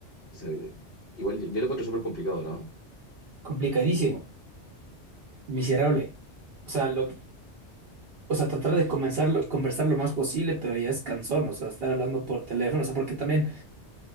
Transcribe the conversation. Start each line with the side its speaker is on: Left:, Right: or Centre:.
Left: se- igual yo, yo lo encuentro súper complicado, ¿no?
Right: Complicadísimo. Miserable. O sea, lo, o sea, tratar de comenzarlo conversar lo más posible, pero ya es cansón. O sea, estar hablando por teléfono. O sea, porque también.